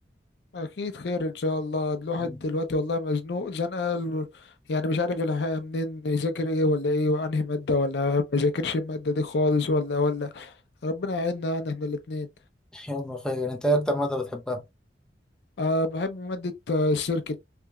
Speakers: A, on the left (about 65°); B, in the centre.
A: اكيد خير ان شاء الله الواحد
B: مم.
A: دلوقتي والله مزنوق زنقه ال- يعني مش عارف الح- منين يذاكر ايه ولا ايه وانهي ماده ولا ما يذاكرش الماده دي خالص ولا ولا ربنا يعيننا يعني احنا الاثنين
B: <laughs> يلا خير انت ايه اكتر مادة بتحبها
A: أه بحب ماده آه، السيركت